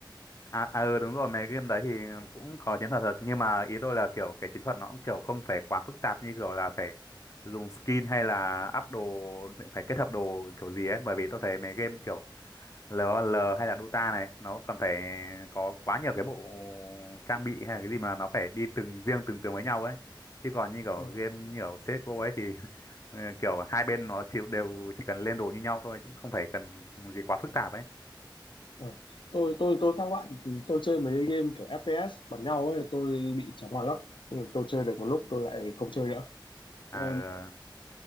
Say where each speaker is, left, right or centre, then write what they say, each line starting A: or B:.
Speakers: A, on the left; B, on the left.
A: À, à ừ, đúng rồi, mấy game đấy thì cũng có chiến thuật thật nhưng mà ý tôi là kiểu cái chiến thuật nó cũng kiểu không phải quá phức tạp như kiểu là phải dùng skin hay là up đồ phải kết hợp đồ kiểu gì ấy bởi vì tôi thấy mấy game kiểu lờ o lờ hay là Dota này nó còn phải có quá nhiều cái bộ trang bị hay là cái gì mà nó phải đi từng riêng từng tướng với nhau ấy chứ còn như kiểu
B: ừ.
A: game như kiểu CSGO ấy thì <laughs> ừ, kiểu hai bên nó chịu đều chỉ cần lên đồ như nhau thôi chứ không phải cần gì quá phức tạp ấy
B: Ừ. tôi tôi tôi khác bạn tôi chơi mấy game kiểu FPS bắn nhau ấy tôi bị chóng mặt lắm Ừ, tôi chơi được một lúc tôi lại không chơi nữa
A: à,
B: Ừ,
A: ừ.